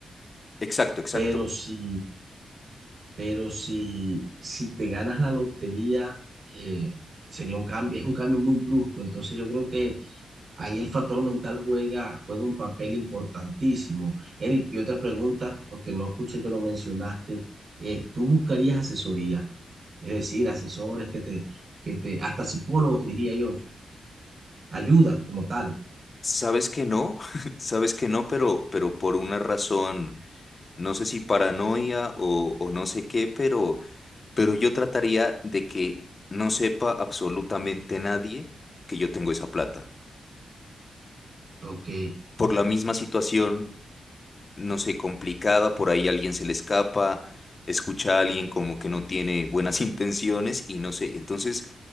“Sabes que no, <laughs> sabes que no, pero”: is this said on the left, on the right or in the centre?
Left